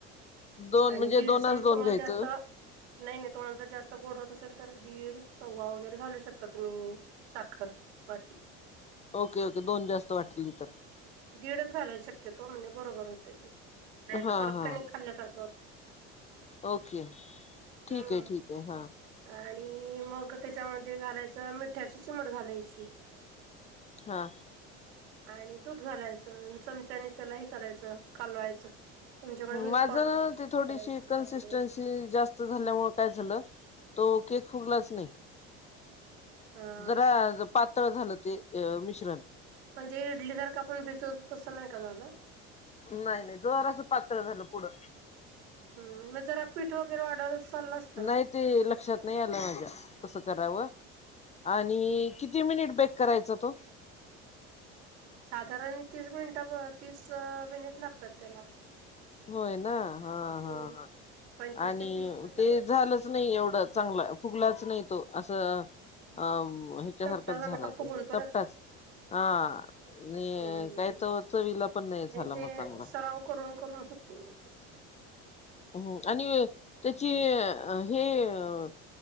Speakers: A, on the left; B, on the right.
A: दोन
B: आणि
A: म्हणजे
B: दीड
A: दोनच
B: समजा
A: दोन
B: तुम्हाला
A: घ्यायचं
B: जास्त नाही नाही तुम्हाला जर जास्त गोड होत असेल तर दीड सव्वा वगैरे घालू शकता तुम्ही साखर. वाटी.
A: ओके ओके दोन जास्त वाटली इ तर.
B: दीडच घालायला शक्यतो म्हणजे बरोबर होतय ते. नाही तर
A: हा
B: परत
A: हा
B: काणी खाल्ल्यासारखं होतय.
A: ओके ठीक
B: हम्म
A: आहे, ठीक आहे हा.
B: आणि मग त्याच्यामध्ये घालायचं मिठ्याची चिमट घालायची.
A: हा.
B: आणि दूध घालायचं चमच्यानी त्याला हे करायचं कालवायचं. तुमच्याकडे मिल्क
A: माझ
B: पावडर असेल तर
A: ती थोडीशी
B: घालायची त्याच्यामध्ये
A: कन्सिस्टन्सी जास्त झाल्यामुळे काय झालं. तो केक फुगलाच नाही.
B: हा
A: जरा पातळ झालं ते अ मिश्रण.
B: म्हणजे इडली सारखा आपण भिजवतो तसं नाही का झाला.
A: नाही नाही जरासं पातळ झालं पुढं.
B: हम्म मग जरा <unintelligible>
A: नाही
B: ना
A: ते लक्षात नाही आलं माझ्या तसं करावं. आणि किती मिनिट बेक करायचा तो.
B: साधारण तीस मिनिट तीस मिनिट लागतात त्याला.
A: होय ना हा हा
B: हम्म
A: हा.
B: पंचवीस
A: आणि
B: ते तीस मिनिटात
A: ते
B: होते
A: झालंच नाही एवढं चांगला फुगलाच नाही तो असं अं ह्याच्यासारखंच
B: चपटा
A: झाला
B: का फुगून
A: ते
B: परत
A: चपटाच. हा आणि
B: हम्म
A: काही च चवीला पण नाही झाला
B: ते
A: मग चांगला.
B: सराव करून करून ते बोलते
A: हम् आणि त्याचे हे अ